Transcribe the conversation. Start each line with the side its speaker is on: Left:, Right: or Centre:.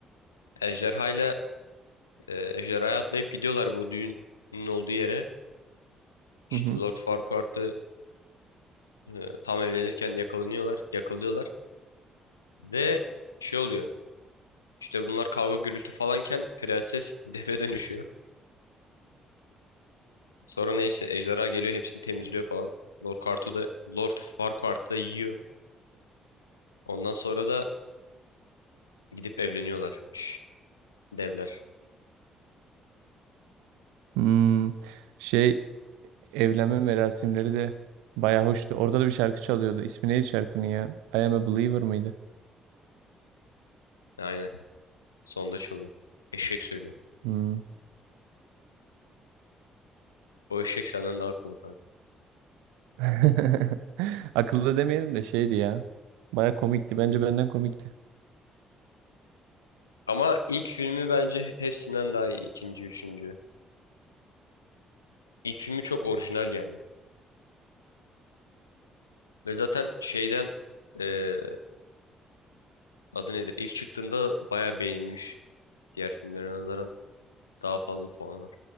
Left: Ejderhayla e, ejderhaya atlayıp gidiyorlar bu düğünün olduğu yere. İşte
Right: Hı hı.
Left: Lord Farquaad'ı e, tam evlenirken yakalanıyorlar, yakalıyorlar ve şey oluyor. İşte bunlar kavga gürültü falanken prenses <laughs> deve dönüşüyor. Sonra neyse ejderha geliyor hepsini temizliyor falan. Lord Farquaad'ı da Lord Farquaad'ı da yiyor. Ondan sonra da gidip evleniyorlar. Şş, devler.
Right: Hmm, şey evlenme merasimleri de baya hoştu. Orada da bir şarkı çalıyordu. İsmi neydi şarkının ya? I am a believer mıydı?
Left: Aynen. Sonda çalıyor. Eşek söylüyor.
Right: Hmm.
Left: O eşek senden daha akıllı kanka.
Right: <laughs> Akıllı demeyelim de şeydi ya. Baya komikti. Bence benden komikti.
Left: Ama ilk filmi bence hepsinden daha iyi. İkinci, üçüncü. İlk filmi çok orijinal yani. Ve zaten şeyden e, adı nedir? İlk çıktığında bayağı beğenilmiş. Diğer filmlere nazaran daha fazla puanı var.